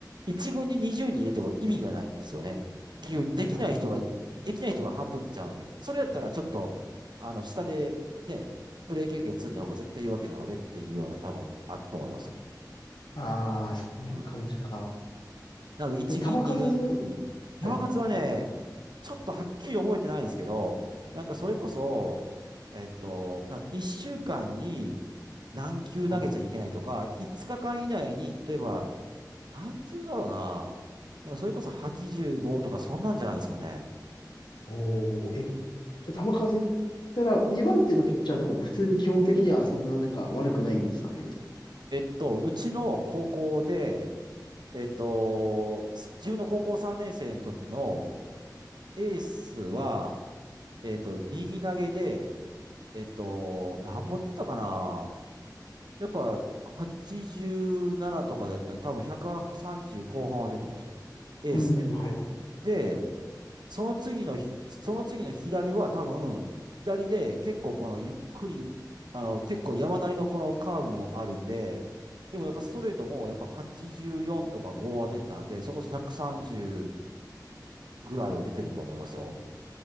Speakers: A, on the right; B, on the left.
A: 1軍に20人入れても意味がないんですよね。結局、できない人が、
B: はい、はい。
A: できない人が半分出ちゃうので、それやったらちょっと、あの、下で、ね、プレー経験積んだ方が絶対いいわけなのでっていうような多分あったと思いますよ。
B: ああ、そういう感じか。
A: うん。なので、1軍、
B: でも球数、
A: 2軍、うん。
B: はい、
A: パワ活はね、ちょっとはっきり覚えてないんですけど、なんかそれこそ、
B: はい、
A: えっと、なんか1週間に何球投げちゃいけないとか、
B: はい。
A: 5日間以内に、例えば、何球だろうな。なんかそれこそ85とかそんなんじゃないですかね。
B: おー、え、じゃあ球数いったら、2番手のピッチャーとかも普通に基本的にはそんななんか悪くないんですかね
A: えっと、うちの高校で、えっと、自分の高校3年生の時のエースは、えっと、右投げで、えっと、何本出てたかなやっぱ87とかだったのに、多分130後半は出てましたよ。エースで。
B: うん、はい。
A: で、その次のひ、その次の左は多分、左で結構このゆっくり、あの、結構山なりのこのカーブもあるんで、でもやっぱストレートもやっぱ84とか5は出てたんで、そこ130ぐらいは出てると思いますよ。